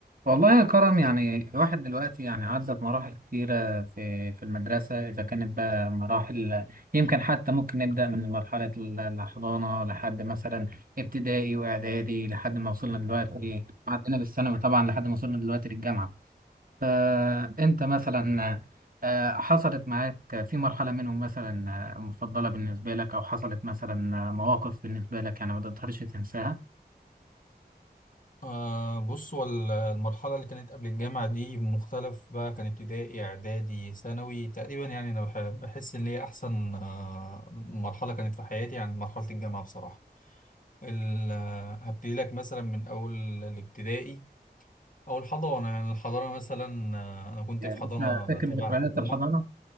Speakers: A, on the right; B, on the left.
A: والله يا كرم يعني الواحد دلوقتي يعني عدى بمراحل كثيرة في في المدرسة إذا كانت بقى مراحل يمكن حتى ممكن نبدأ من مرحلة ال- الحضانة لحد مثلا ابتدائي وإعدادي لحد ما وصلنا دلوقتي عدينا بالثانوي طبعا لحد ما وصلنا دلوقتي للجامعة فأنت مثلا آه، حصلت معاك في مرحلة منهم مثلا آه، مفضلة بالنسبة لك أو حصلت مثلا آه، مواقف بالنسبة لك يعني ما تقدرش تنساها
B: آه بص هو ال- المرحلة اللي كانت قبل الجامعة دي مختلف بقى كان ابتدائي إعدادي ثانوي تقريبا يعني أنا بح- بحس إن هي أحسن آه مرحلة كانت في حياتي يعني مرحلة الجامعة بصراحة ال- آه، هبتدي لك مثلا من أول الابتدائي أو الحضانة يعني الحضانة مثلا آه أنا كنت
A: يعني
B: في حضانة
A: لسه فاكر
B: تبع
A: ذكريات
B: الحكومة
A: الحضانة؟